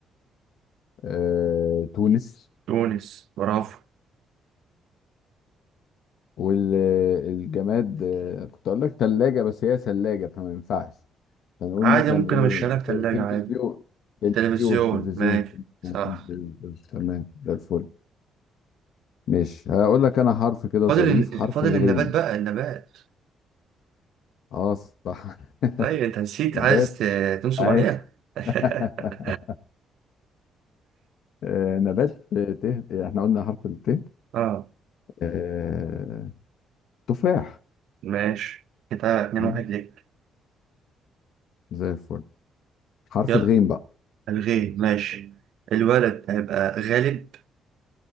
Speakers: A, on the left; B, on the right.
A: آه، تونس
B: تونس برافو
A: والجماد كنت اقول لك ثلاجة بس هي ثلاجة فما ينفعش فنقول
B: عادي
A: مثلا
B: ممكن
A: ايه
B: أمشيها لك تلاجة
A: ت- تلفزيون
B: عادي
A: تلفزيون
B: تلفزيون
A: تلفزيون
B: ماشي
A: تلفزيون.
B: صح
A: تمام ده الفل ماشي هقول لك انا حرف كده
B: فاضل
A: ظريف
B: ال-
A: حرف
B: فاضل
A: الغين
B: النبات بقى النبات
A: اه صح <laughs>
B: أي أنت نسيت
A: نبات
B: عايز ت- تنصب
A: اهي
B: عليا <laughs>
A: <laughs> آه، نبات آه، ته احنا قلنا حرف الت
B: اه
A: آه، تفاح
B: ماشي كده اتنين
A: مم،
B: واحد ليك
A: زي الفل حرف
B: يلا
A: الغين بقى
B: الغيب ماشي الولد هيبقى غالب